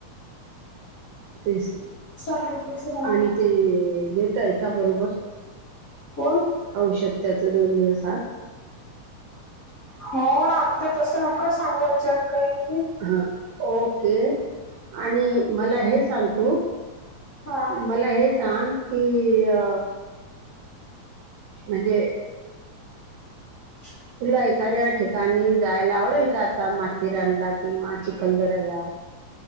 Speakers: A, on the right; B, on the left.
A: तेच ना
B: चालतच राहते
A: आणि ते देताय बरोबर
B: कोण
A: औषध त्याच दोन दिवस आड.
B: हो आता तसं नका सांगु याच्यात काही.
A: हा ओके आणि मला हेच सांग तू
B: हा
A: मला हे सांग. कि अ म्हणजे.
B: अ <unintelligible>
A: तुला एखाद्या ठिकाणी जायला आवडेल का आता माथेरानला किंवा चिखलदऱ्याला.